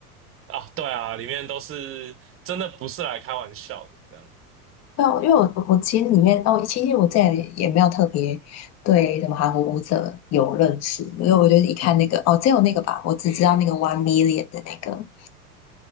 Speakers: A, on the right; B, on the left.
A: 啊、对啊，里面都是真的不是来开玩笑的这样。
B: 对啊因为我我其实里面哦，其实我这也没有特别对什么韩国舞者有认识，因为我觉得一看那个哦，只有那个吧，我只知道那个 One Million 的那个。